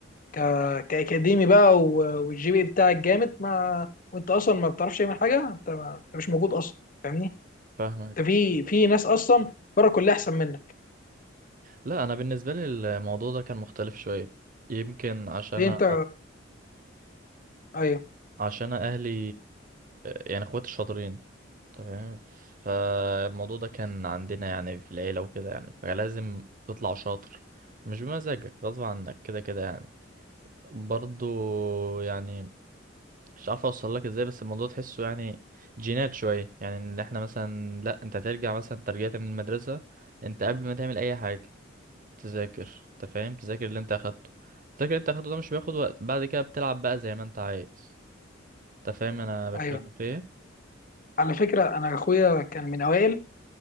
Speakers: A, on the left; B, on the right.
A: ك... كاكاديمي بقى و- والجي بي إيه بتاعك جامد ما وانت اصلا ما بتعرفش تعمل حاجه انت ما... انت مش موجود اصلا فاهمني
B: فاهمك
A: انت في في ناس اصلا بره كلها احسن منك
B: لا انا بالنسبه لي الموضوع ده كان مختلف شويه يمكن عشان
A: ليه انت ايوه
B: عشان اهلي يعني اخواتي الشاطرين تمام فالموضوع ده كان عندنا يعني في العيلة وكده يعني فلازم تطلع شاطر مش بمزاجك غصب عنك كده كده يعني برضو يعني مش عارف اوصل لك ازاي بس الموضوع تحسه يعني جينات شوية يعني ان احنا مثلا لا انت هترجع مثلا ترجعت من المدرسة انت قبل ما تعمل اي حاجة تذاكر انت فاهم تذاكر اللي انت اخدته تذاكر اللي انت اخدته ده مش بياخد وقت بعد كده بتلعب بقى زي ما انت عايز انت فاهم انا بتكلم
A: ايوه
B: في ايه
A: على فكره انا اخويا كان من اوائل